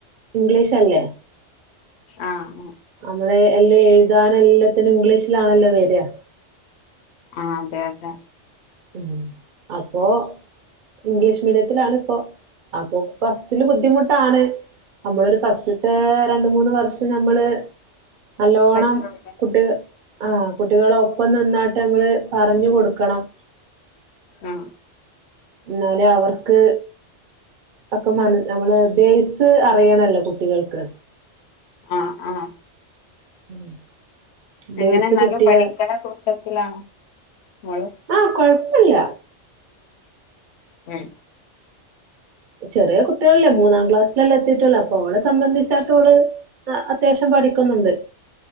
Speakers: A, on the right; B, on the left.
A: English അല്ലേ.
B: ആഹ.
A: നമ്മളെ എല്ലാം എഴുതാന എല്ലാത്തിനും ഇംഗ്ലീഷിലാണല്ലോ വരിക.
B: ആ അതെ അതെ.
A: ഉം അപ്പൊ ഇംഗ്ലീഷ് മീഡിയത്തിലാണ് ഇപ്പോൊ. അപ്പൊ ഫസ്റ്റില് ബുദ്ധിമുട്ടാണ്. നമ്മളൊരു ഫസ്റ്റത്തെ രണ്ട മൂന്ന് വർഷം നമ്മള് നല്ലോണം
B: കഷ്ടപ്പെടാ
A: കുട്ടിക ആ കുട്ടികള ഒപ്പം നന്നായിട്ട് ങ്ങള് പറഞ്ഞു കൊടുക്കണം.
B: ആഹ
A: എന്നാലെ അവർക്ക് ഒക്കെ മ നമ്മള് ബേസ് അറിയാനല്ലോ കുട്ടികൾക്ക്.
B: ആ് ആഹ
A: <inaudible>
B: എങ്ങനെ
A: ബേസ്
B: നല്ല
A: കിട്ടിയ
B: പഠിക്കണ കൂട്ടത്തിലാണോ നമ്മോള്
A: ആഹ കൊഴപ്പില്ല
B: ഉം
A: ചെറിയ കുട്ടികളല്ലേ മൂന്നാം ക്ലാസ്സിലല്ലാം എത്തിയിട്ടുള്ളൂ അപ്പൊ അവളെ സംബന്ധിച്ചാട്ടോള് ആ അത്യാവശ്യം പഠിക്കുന്നുണ്ട്.